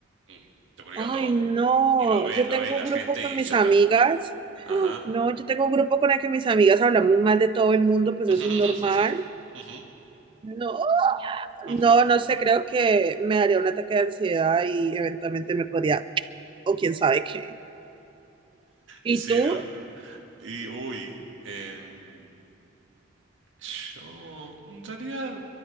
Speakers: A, on the right; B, on the right.
A: mm, se publica
B: Ay,
A: todo.
B: no.
A: Y lo ven,
B: Yo
A: lo
B: tengo
A: ve la
B: un
A: gente
B: grupo con
A: y
B: mis
A: ya está.
B: amigas.
A: Ajá.
B: Ah, No, yo tengo un grupo con el que mis amigas hablamos mal de todo el mundo, pues
A: <laughs>
B: eso es normal.
A: Ujú.
B: No,
A: <laughs>
B: no, no sé, creo que me daría un ataque de ansiedad y eventualmente me podría o quién sabe qué. Y
A: Sí,
B: tú,
A: ¿no? Y, uy, em, yo, en realidad,